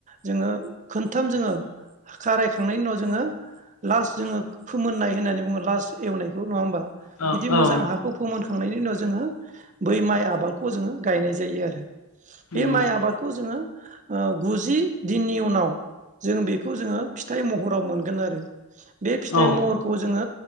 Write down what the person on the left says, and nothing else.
औ
औ
नंगौ
औ